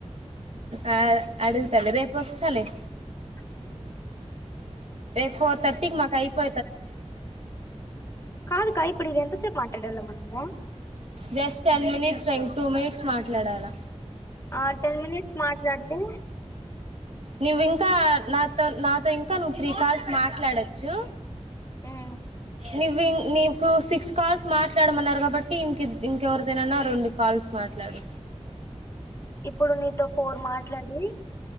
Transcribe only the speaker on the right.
ఆ అడుగుతాలే రేపు వస్తాలే
రేప్ ఫోర్ తర్టీకి మాకు అయిపో
జస్ట్ టెన్ మినిట్స్ రా ఇంకా టూ మినిట్స్ మాట్లాడాలా
నువ్ ఇంకా నాతో నాతో ఇంకా నువ్వు త్రీ కాల్స్ మాట్లాడచ్చు
నువింగ్ నీకు సిక్స్ కాల్స్ మాట్లాడమన్నారు కాబట్టి ఇం ఇంకెవరిదైనానా రెండు కాల్స్ మాట్లాడు